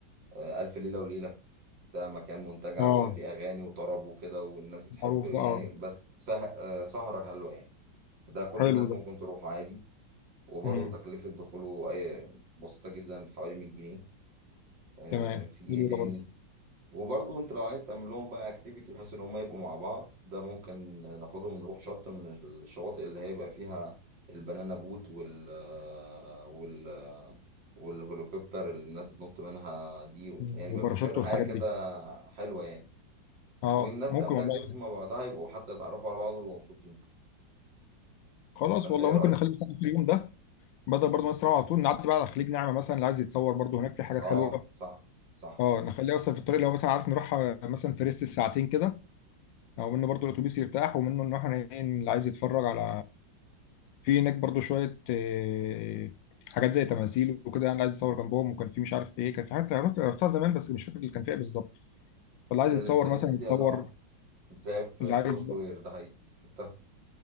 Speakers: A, on the right; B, on the left.
A: آه، ألف ليلة وليلة ده مكان منتجع
B: اه
A: بيبقى فيه أغاني وطرب وكده والناس بتحب
B: معروف
A: يعني
B: ده اه
A: بس سه- آه، سهرة حلوة يعني ده كل
B: حلو
A: الناس
B: ده
A: ممكن تروحه عادي وبرضه
B: امم
A: تكلفة دخوله أي بسيطة جدا حوالي 100 جنيه آه،
B: تمام
A: في إيه
B: حلو
A: تاني
B: ده برضه
A: وبرضه انت لو عايز تعمل لهم بقى اكتيفيتي بحيث ان هم يبقوا مع بعض ده ممكن ناخدهم ونروح شط من الشواطئ اللي هيبقى فيها البنانا بوت وال وال والهليكوبتر اللي الناس بتنط منها دي
B: مم.
A: يعني يبقى
B: وباراشوت
A: في كذا
B: والحاجات
A: حاجة كده
B: دي
A: حلوة يعني
B: اه
A: والناس
B: ممكن
A: تعمل
B: والله
A: اكتيفيتي
B: يعني
A: مع بعضها يبقوا حتى يتعرفوا على بعض ويبقوا مبسوطين
B: خلاص
A: فانت
B: والله
A: ايه رأيك؟
B: ممكن نخلي مثلا اخر يوم ده بدل برضه مصر على طول نعدي بقى على خليج نعمة مثلا اللي عايز يتصور برضه هناك في حاجات
A: اه
B: حلوة
A: صح صح
B: اه نخليها مثلا في الطريق لو مثلا عارف نروح مثلا في ريست ساعتين كده او منه برضه الاتوبيس يرتاح ومنه ان احنا ايه اللي عايز يتفرج على في هناك برضه شوية آه، حاجات زي تماثيل وكده يعني اللي عايز يتصور جنبهم وكان في مش عارف ايه كان في حاجات رحت- رحتها زمان بس مش فاكر اللي كان فيها بالظبط فاللي عايز
A: التماثيل
B: يتصور مثلا
A: دي
B: يتصور
A: اه زي في
B: اللي
A: سو
B: عايز
A: سكوير
B: بقى
A: ده حقيقي شفتها